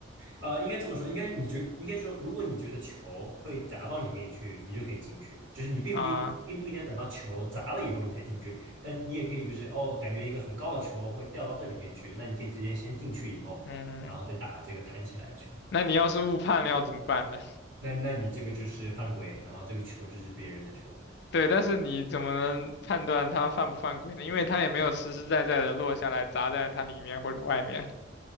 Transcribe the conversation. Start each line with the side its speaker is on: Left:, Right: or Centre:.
Right: 呃，应该这么说，应该你觉，应该说，如果你觉得球会砸到里面去，你就可以进去，就是你并不一并不一定要等到球砸了以后你才进去，
Left: 啊。
Right: 但你也可以就是哦，感觉一个很高的球会掉到这里面去，那你可以直接先进去以后，
Left: 嗯，
Right: 然后再打这个弹起来的球，
Left: 那你要是误判了要怎么办呢？
Right: 那那你这个就是犯规，然后这个球就是别人的球，
Left: 对，但是你怎么能判断它犯不犯规呢？因为它也没有实实在在的落下来砸在它里面或者外面